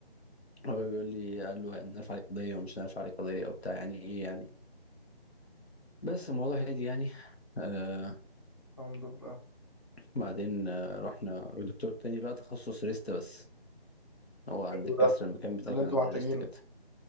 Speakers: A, on the left; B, on the left.
A: ابويا بيقول لي قال له هنرفع عليك قضية ومش هنرفع عليك قضية وبتاع يعني ايه يعني بس الموضوع هادي يعني آه،
B: الحمد لله
A: بعدين آه، رحنا لدكتور تاني بقى تخصص ريست بس هو عند
B: حلو
A: الكسر
B: ده
A: المكان بتاعي
B: ده اللي
A: كان
B: انتوا
A: عند
B: محتاجينه
A: الريست كده